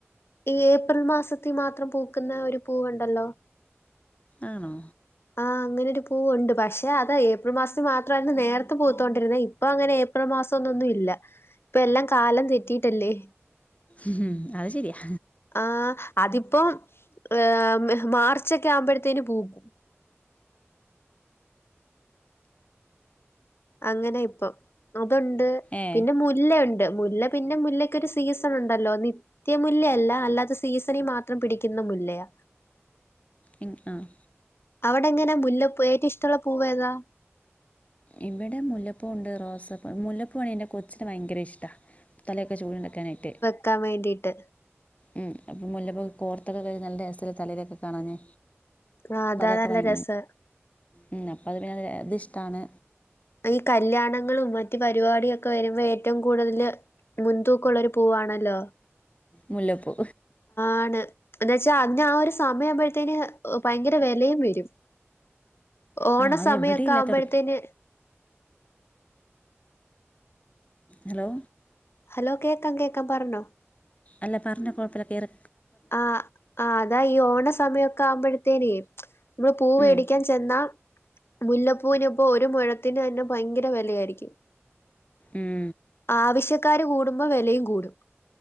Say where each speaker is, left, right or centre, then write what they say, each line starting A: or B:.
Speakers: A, on the left (about 55°); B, on the left (about 30°).
A: ഈ ഏപ്രിമാസത്തി മാത്രം പൂക്ക്‌ന്ന ഒരു പൂവുണ്ടല്ലോ?
B: ആണോ
A: ആഹ് അങ്ങനെ ഒരു പൂവൊണ്ട് പക്ഷെ അത് ഏപ്രിൽ മാസത്തി മാത്രായിരുന്നു നേരത്തെ പൂത്തോണ്ടിര്ന്നേ ഇപ്പൊ ഇപ്പ അങ്ങനെ ഏപ്രിൽ മാസംന്നൊന്നു ഇല്ല ഇപ്പയെല്ലാം കാലം തെറ്റിട്ടല്ലേ?
B: ഉം അത് ശെരിയാ
A: ആഹ് അതിപ്പം ഏഹ് മാർച്ചൊക്കെയാവുമ്പഴത്തേന് പൂക്കും അങ്ങനെയിപ്പൊ അതൊണ്ട്
B: ഏ
A: പിന്നെ മുല്ല മുല്ലെണ്ട് മുല്ല പിന്നെ മുല്ലക്കൊര് സീസണൊണ്ടല്ലോ നിത്യ നിത്യമുല്ലയല്ല അല്ലാതെ സീസണിമാത്രം പിടിക്ക്‌ന്ന മുല്ലയാ
B: ഇന് ആഹ്
A: അവ്ടെങ്ങനെ മുല്ലപ്പു ഏറ്റവും ഇഷ്ട്ടള്ള പൂവേതാ?
B: ഇവ്ടെ മുല്ലപ്പൂണ്ട് റോസപ്പൂ മുല്ലപ്പൂവാണ് എൻ്റെ കൊച്ചിന് ഭയങ്കരഇഷ്ട്ടാ തലയൊക്കെ ചൂടി നിക്കാനായിട്ടേ
A: നിക്കാൻവേണ്ടിട്ട്
B: ഉം അപ്പ മുല്ലപ്പൂ കോർത്തൊക്കെ കഴിഞ് നല്ല രസാല്ലെ തലയിലൊക്കെ കാണാന്.
A: ആ
B: അപ്പ
A: അതാ
B: അതൊക്കെ
A: നല്ല
B: ഭയ്
A: രസം
B: ഉം അപ്പൊ അത് പിന്നെ അത് ഇഷ്ട്ടാണ്
A: ഈകല്യാണങ്ങളും മറ്റ് പര്പാടിയൊക്കെവര്മ്പ ഏറ്റം കൂടുതല് മുൻതൂക്കൊള്ളൊര് പൂവാണല്ലോ
B: മുല്ലപ്പൂ
A: ആണ് എന്ന്ച്ചാ അന്ന് ആഹ് ഒര് സമയാവ്മ്പഴത്തേന് ഭയങ്കര വെലയുംവെരും ഓണസമയൊക്കെ
B: ആ അത് എവിടെ ഇല്ലാത്തട
A: ആവ്മ്പഴത്തേന്
B: ഹലോ
A: ഹലോ കേക്കാം കേക്കാം പറഞ്ഞോ
B: അല്ല പറഞ്ഞോ കുഴപ്പല്ല കേറ്
A: ആഹ് ആഹ് അതാ ഈ ഓണ സമയമൊക്കെ ആവുമ്പോഴത്തേന് നമ്മള് പൂ വെടിക്കാൻ
B: ഉം
A: ചെന്നാ മുല്ലപ്പൂവിന് ഇപ്പോ ഒരു മുഴത്തിന് തന്നെ ഭയങ്കര വെലയായിരിക്കും
B: ഉം
A: ആവശ്യക്കാര് കൂടുമ്പോ വെലയും കൂടും